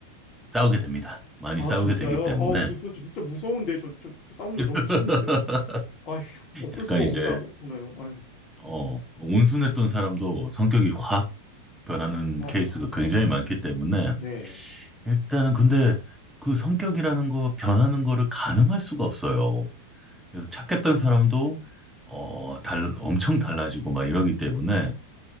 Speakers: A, in the centre; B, on the left (about 35°).
A: 싸우게 됩니다. 많이
B: 아,
A: 싸우게
B: 진짜요?
A: 되기 때문에
B: 어, 그,
A: 네.
B: 저 진짜 무서운데. 저, 저 싸우는 거 너무
A: <laughs>
B: 싫은데. 아휴, 어쩔
A: 약간
B: 수가
A: 이제
B: 없나 보네요. 아유,
A: 어, 온순했던 사람도 성격이 확 변하는
B: 아이고.
A: 케이스가 굉장히 많기 때문에
B: 네.
A: 일단은 근데 그 성격이라는 거 변하는 거를 가늠할 수가 없어요. 그래서 착했던 사람도 어, 달, 엄청 달라지고 막 이러기 때문에